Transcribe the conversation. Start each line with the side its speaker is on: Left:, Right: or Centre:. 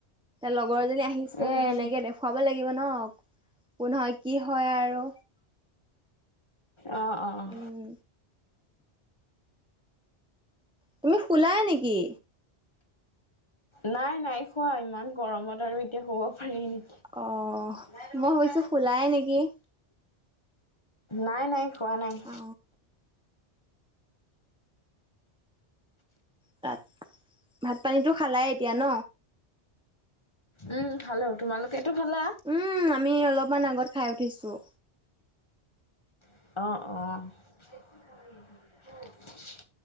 Centre: লগ লগৰজনী আহিছে
Left: উম,
Centre: এনেকে দেখুৱাব লাগিব ন। কোন হয়, কি হয় আৰু
Left: আহ অ' অহ'
Centre: উম তুমি শুলাই নেকি
Left: নাই নাই শুৱা ইমান গৰমত আৰু এতিয়া শুৱ উম,
Centre: অ
Left: গাড়ী ৰুকো
Centre: মই ভাবিছো
Left: গাড়ী
Centre: শুলাই নেকি
Left: নাই নাই খোৱা নাই।
Centre: অ তাত ভাত পানীটো খালাই এতিয়া ন।
Left: উম, খালো তোমালোকেতো খালা?
Centre: উম, আমি অলপমান আগত খাই উঠিছোঁ।
Left: অ' অ'